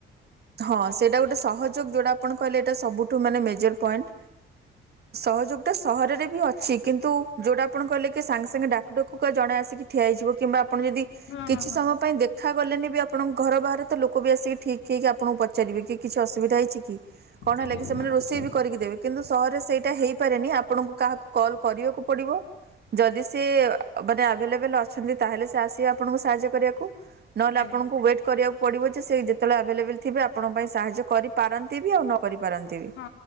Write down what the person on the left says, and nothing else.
ଏମିତି
ଆଉ
ହଁ
ହଁ ହଁ
ଆଜ୍ଞା
ହଁ ଆଜ୍ଞା
ହଁ
ଆଜ୍ଞା।
ହଁ